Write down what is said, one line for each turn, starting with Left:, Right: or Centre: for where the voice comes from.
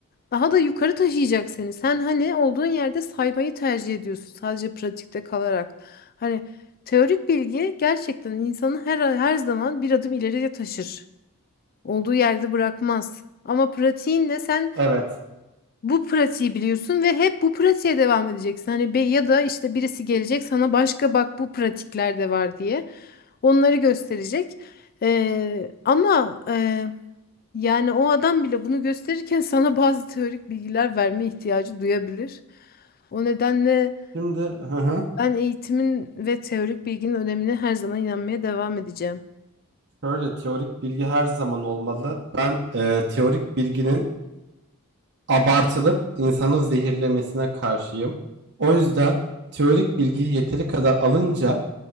Left: daha da yukarı taşıyacak seni. Sen hani olduğun yerde saymayı tercih ediyorsun sadece pratikte kalarak. Hani teorik bilgi gerçekten insanı her her zaman bir adım ileriye taşır. Olduğu yerde bırakmaz. Ama pratiğinle sen
Right: Evet.
Left: bu pratiği biliyorsun ve hep bu pratiğe devam edeceksin. Hani be ya da işte birisi gelecek sana başka bak bu pratikler de var diye onları gösterecek. Ee, ama e, yani o adam bile bunu gösterirken <laughs> sana bazı teorik bilgiler verme ihtiyacı duyabilir. O nedenle
Right: Şimdi hı hı.
Left: ben eğitimin ve teorik bilginin önemine her zaman inanmaya devam edeceğim.
Right: Şöyle teorik bilgi her zaman olmalı. Ben e, teorik bilginin abartılıp insanı zehirlemesine karşıyım. O yüzden teorik bilgiyi yeteri kadar alınca